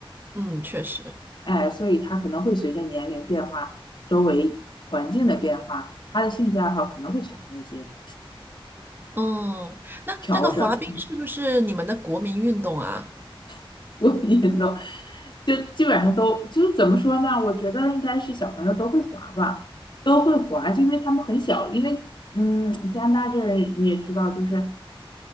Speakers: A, on the right; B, on the left.
A: 嗯，确实。
B: 哎，所以他可能会随着年龄变化、周围环境的变化，他的兴趣爱好可能会产生一些
A: 嗯，那这个滑冰是不是你们的国民运动啊？
B: 调整，<laughs> 所以都就基本上都就怎么说呢？我觉得应该是小朋友都会滑吧，都会滑，就因为他们很小，因为嗯，加拿大这儿你也知道，就是